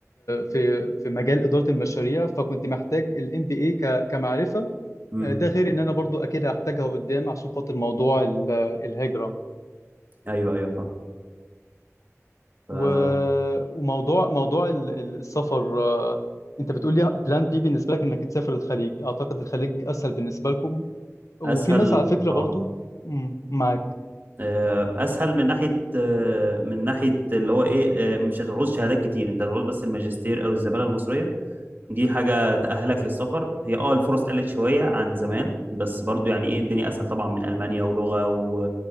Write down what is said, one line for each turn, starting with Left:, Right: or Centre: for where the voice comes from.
Left: في في مجال إدارة المشاريع فكنت محتاج ال MBA ك- كمعرفة
Right: امم
Left: ده غير ان انا برضو اكيد هحتاجها قدام عشان خاطر موضوع ال- الهجرة
Right: ايوه ايوه فاهم
Left: و... وموضوع موضوع ال- ال- السفر آه، انت بتقول لي بلان بي بالنسبة لك انك تسافر الخليج اعتقد الخليج اسهل بالنسبة لكم وفي
Right: فأسهل
Left: ناس على فكرة
Right: اه
Left: برضو مم، معاك
Right: آه، اسهل من ناحيه آه، من ناحيه اللي هو ايه آه، مش هتعوز شهادات كتير انت هتعوز بس الماجستير او الزماله المصريه دي حاجة تأهلك للسفر هي اه الفرص قلت شوية عن زمان بس برضو يعني ايه الدنيا أسهل طبعا من ألمانيا ولغة و...